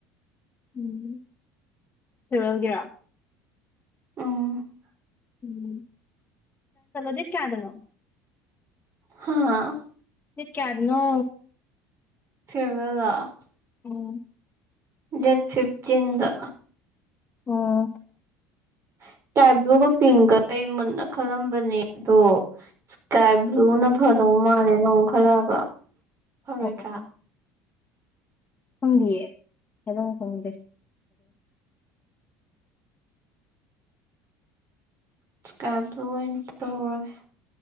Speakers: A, on the left; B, on the right.
A: ꯎꯝ ꯐꯤꯔꯌꯦꯜꯒꯤꯔꯣ
B: ꯎꯝ
A: ꯎꯝ ꯗꯦꯠ ꯀꯌꯥꯗꯅꯣ
B: ꯍꯥꯥ
A: ꯗꯦꯠ ꯀꯌꯥꯗꯅꯣ
B: <unintelligible>
A: ꯎꯝ
B: ꯗꯦꯠ ꯐꯤꯞꯇꯤꯟꯗ
A: ꯑꯥ
B: <inaudible> ꯏꯁꯀꯥꯏ ꯕ꯭ꯂꯨꯒ ꯄꯤꯡꯀ ꯑꯩ ꯃꯨꯟꯅ ꯈꯜꯂꯝꯕꯅꯦ ꯑꯗꯣ ꯏꯁꯀꯥꯏ ꯕ꯭ꯂꯨꯅ ꯐꯗꯧ ꯅ ꯃꯥꯜꯂꯦ ꯅ ꯈꯜꯂꯛꯑꯕ ꯐꯔꯣꯏꯗ꯭ꯔꯥ
A: ꯑꯣ ꯑꯣ ꯑꯣ ꯈꯪꯗꯤꯌꯦ ꯍꯥꯏꯐꯝ ꯈꯪꯗꯦ
B: ꯏ꯭ꯁꯀꯥꯕꯂꯨ ꯑꯣꯏꯅ ꯇꯧꯔꯒꯦ